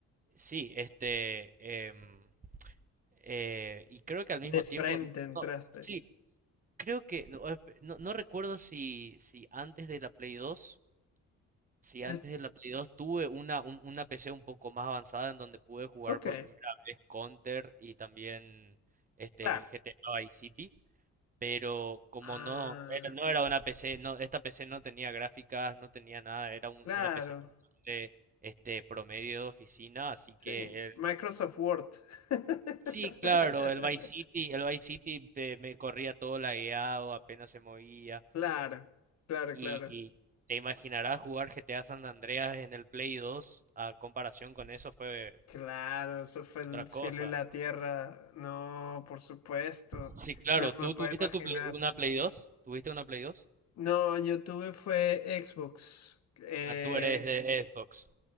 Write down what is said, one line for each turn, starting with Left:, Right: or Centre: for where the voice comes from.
Right: Sí, este, em, eh, y creo que al mismo
Left: de frente
Right: tiempo,
Left: entraste.
Right: no, sí, creo que, no, eh, no- no recuerdo si, si antes de la Play 2 si
Left: Es-
Right: antes de la Play 2 tuve una, un- una PC un poco más avanzada en donde pude jugar
Left: ok,
Right: por primera vez Counter y también este,
Left: claro.
Right: el GTA Vice City, pero como
Left: Ah,
Right: no era, no era una PC, no, esta PC no tenía gráficas, no tenía nada, era un-
Left: claro.
Right: una PC de este, promedio de oficina, así que
Left: Sí,
Right: el-
Left: Microsoft Word. <laughs>
Right: sí, claro, el Vice City, el Vice City eh, me corría todo lagueado, apenas se movía,
Left: Claro, claro,
Right: Y
Left: claro.
Right: te imaginarás jugar GTA San Andreas en el Play 2 a comparación con eso fue
Left: Claro, eso fue
Right: otra
Left: el cielo
Right: cosa.
Left: y la tierra. No, por supuesto.
Right: Sí, claro,
Left: No
Right: tú
Left: me puedo
Right: tuviste
Left: imaginar.
Right: tu Play- una Play 2, tuviste una Play 2.
Left: No, yo tuve fue Xbox. Eh,
Right: Ah, tú eres de Xbox.